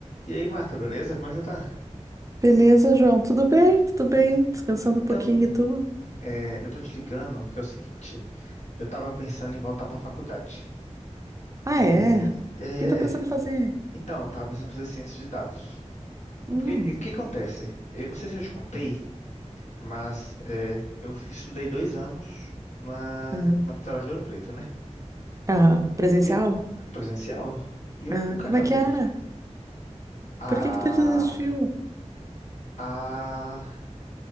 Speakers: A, on the left (about 75°); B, on the right (about 25°).
A: E aí, Marta, beleza? Como é que você tá?
B: Beleza, João? Tudo bem? Tudo bem? Descansando
A: Então,
B: um pouquinho e tu?
A: é, eu tô te ligando porque é o seguinte, eu tava pensando em voltar pra faculdade.
B: Ah,
A: E,
B: é? O
A: é,
B: que tá pensando em fazer?
A: então, tava pensando em fazer ciência de dados.
B: Hum,
A: Porque, e, o que acontece? Eu não sei se eu te contei, mas é, eu fiz- estudei dois anos na,
B: ah,
A: na Federal de Ouro Preto, né?
B: ah, presencial?
A: E eu, presencial, e eu
B: Ah,
A: nunca
B: como
A: acabei.
B: é que era?
A: Ah,
B: Por que que tu desistiu?
A: ah,